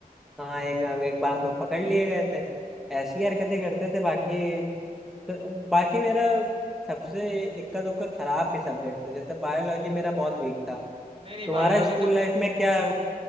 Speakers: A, in the centre; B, on the right (about 35°).
A: हाँ एक एक बार हम लोग पकड़ लिए गए थे ऐसी हरकतें करते थे बाकी तो, बाकी मेरा सबसे इक्का दुक्का खराब भी सब्जेक्ट था जैसे बायोलॉजी मेरा बहुत वीक था
B: नहीं नहीं
A: तुम्हारा
B: बायोलॉजी
A: स्कूल
B: तो मे,
A: लाइफ में क्या